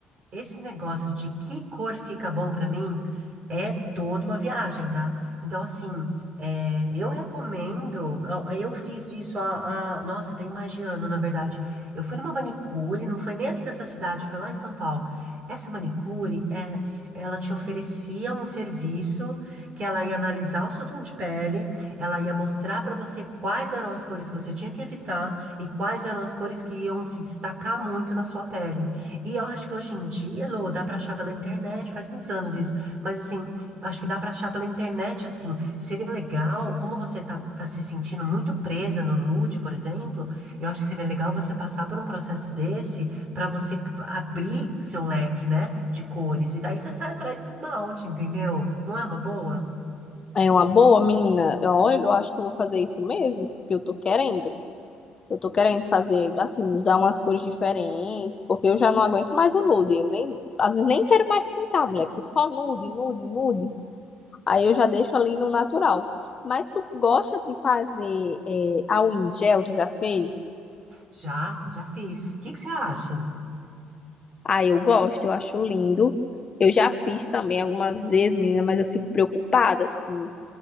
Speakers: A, on the right; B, on the left.
A: Esse negócio de que cor fica bom pra mim é toda uma viagem, tá? Então, assim, é, eu recomendo. Eu eu fiz isso há, há- Nossa, tem mais de ano, na verdade. Eu fui numa manicure, não foi nem aqui nessa cidade, foi lá em São Paulo. Essa manicure, é, s- ela te oferecia um serviço que ela ia analisar o seu tom de pele, ela ia mostrar pra você quais eram as cores que você tinha que evitar e quais eram as cores que iam se destacar muito na sua pele. E eu acho que hoje em dia, Lô, dá pra achar pela internet, faz muitos anos isso, mas assim, eu acho que dá pra achar pela internet, assim, seria legal, como você tá, tá se sentindo muito presa no nude, por exemplo, eu acho que seria legal você passar por um processo desse pra você abrir seu leque, né, de cores, e daí você sai atrás de esmalte, entendeu? Não é uma boa?
B: É uma boa, menina. Olha, eu acho que eu vou fazer isso mesmo, porque eu tô querendo. Eu tô querendo fazer, assim, usar umas cores diferentes, porque eu já não aguento mais o nude. Eu nem, às vezes nem quero mais pintar, mulher, porque só nude, nude, nude. Aí eu já deixo ali no natural. Mas tu gosta de fazer é, a unha em gel? Tu já fez?
A: Já, já fiz. O que que você acha?
B: Ah, eu gosto, eu acho lindo. Eu já fiz também algumas vezes, menina, mas eu fico preocupada, assim,